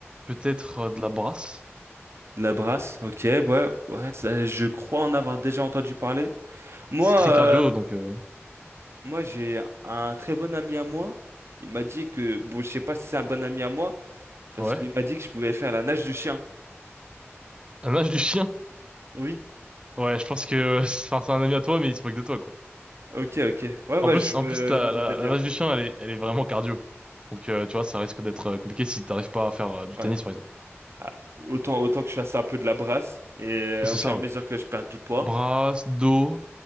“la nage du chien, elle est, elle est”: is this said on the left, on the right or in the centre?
Right